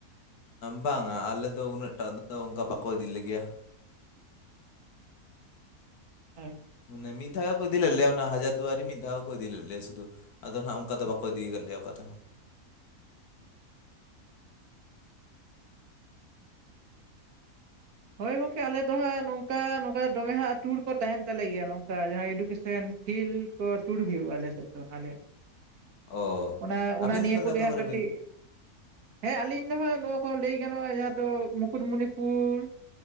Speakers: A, on the left (about 80°); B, on the right (about 75°).
A: ᱵᱟᱝᱟ ᱟᱞᱮ ᱫᱚ ᱩᱱᱟᱹᱜ ᱴᱟ ᱫᱚ ᱚᱝᱠᱟ ᱵᱟᱠᱚ ᱤᱫᱤ ᱞᱮᱜᱮᱭᱟ᱾
B: ᱟᱪᱪᱷᱟ᱾
A: ᱢᱟᱱᱮ ᱢᱤᱫ ᱫᱷᱟᱣ ᱦᱚᱠᱚ ᱤᱫᱤ ᱞᱮᱫ ᱞᱮᱭᱟ ᱚᱱᱟ ᱦᱟᱡᱟᱨ ᱫᱩᱣᱟᱨᱤ ᱢᱤᱫᱷᱟᱣ ᱠᱚ ᱤᱫᱤ ᱞᱮᱫ ᱞᱮᱭᱟ ᱥᱩᱫᱷᱩ᱾ ᱟᱫᱚ ᱦᱟᱸᱜ ᱚᱱᱠᱟ ᱫᱚ ᱵᱟᱠᱚ ᱤᱫᱤᱭ ᱠᱟᱫ ᱞᱮᱭᱟ ᱚᱠᱟ ᱛᱮᱦᱚᱸ᱾
B: ᱦᱳᱭ ᱜᱚᱝᱠᱮ ᱟᱞᱮ ᱫᱚ ᱦᱟᱸᱜ ᱱᱚᱝᱠᱟ ᱱᱚᱝᱠᱟ ᱫᱚᱢᱮ ᱦᱟᱸᱜ ᱴᱩᱨ ᱠᱚ ᱛᱟᱸᱦᱮᱱ ᱛᱟᱞᱮ ᱜᱮᱭᱟ ᱱᱚᱝᱠᱟ ᱡᱟᱦᱟᱸᱭ ᱮᱰᱩᱠᱮᱥᱚᱱ ᱯᱷᱤᱞ ᱠᱚ ᱴᱩᱨ ᱦᱩᱭᱩᱜᱼᱟ ᱟᱞᱮ ᱥᱮᱫ ᱫᱚ ᱟᱞᱮ
A: ᱚ
B: ᱚᱱᱟ, ᱚᱱᱟ
A: ᱟᱹᱵᱤᱱ
B: ᱱᱤᱭᱟᱹ
A: ᱫᱚ ᱛᱟᱦᱚᱞᱮ
B: ᱠᱚᱜᱮ
A: ᱚᱠᱟ
B: ᱦᱟᱸᱜ
A: ᱠᱚᱨᱮ
B: ᱠᱟᱹᱴᱤᱡ
A: ᱵᱤᱱ
B: ᱦᱮᱸ ᱟᱹᱞᱤᱧ ᱫᱚ ᱦᱟᱸᱜ ᱱᱚᱣᱟ ᱠᱚ ᱞᱟᱹᱭ ᱜᱟᱱᱚᱜᱼᱟ ᱡᱟᱦᱟᱸ ᱫᱚ ᱢᱩᱠᱩᱴᱢᱩᱱᱤᱯᱩᱨ